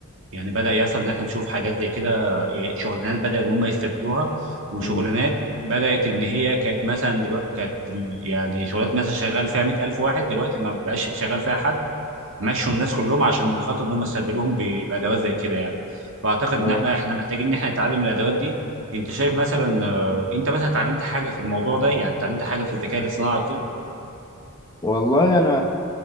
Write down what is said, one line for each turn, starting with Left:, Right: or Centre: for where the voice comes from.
Right: يعني بدا يحصل ان احنا نشوف حاجات زي كده يعني شغلانات بدا ان هم يستبدلوها وشغلانات
Left: مم.
Right: بدات ان هي كانت مثلا دلوقتي كانت ال- يعني شغلانات مثلا شغال فيها 100000 واحد دلوقتي ما بقاش شغال فيها حد مشوا الناس كلهم عشان خاطر ان هم يستبدلوهم ب- بادوات زي كده يعني فاعتقد
Left: اه
Right: ان لا احنا محتاجين ان احنا نتعلم الادوات دي انت شايف مثلا آه، انت مثلا اتعلمت حاجه في الموضوع ده يعني اتعلمت حاجه في الذكاء الاصطناعي وكده
Left: والله انا